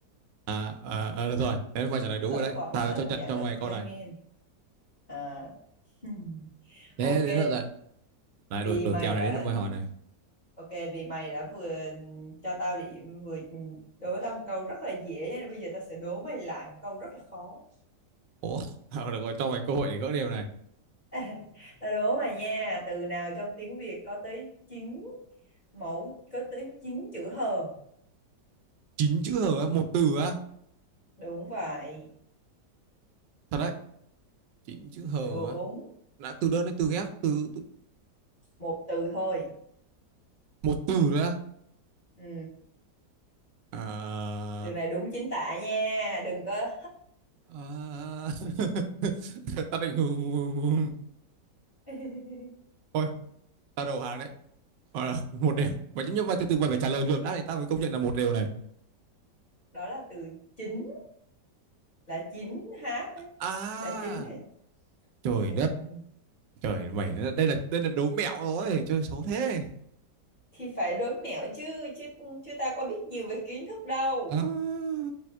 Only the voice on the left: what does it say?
lợi
khuẩn
nó
là một
dạng
lợi
khuẩn
lên
men à. <laughs>
ok
vì
mày
đã
Ok, vì mày đã vừa cho tao điểm, vừa đố tao một câu rất là dễ, cho nên bây giờ tao sẽ đố mày lại một câu rất là khó.
<laughs> Tao đố mày nha, từ nào trong tiếng Việt có tới chín mẫu, có tới 9 chữ hờ.
Đúng vậy,
đúng,
một từ thôi.
Ừ.
Từ này đúng chính tả nha, đừng có...
<laughs>
Đó là từ chính, là chính hát đấy,
là chính này. Ôi
trời.
thì phải đố mẹo chứ chứ chứ ta có biết nhiều về kiến thức đâu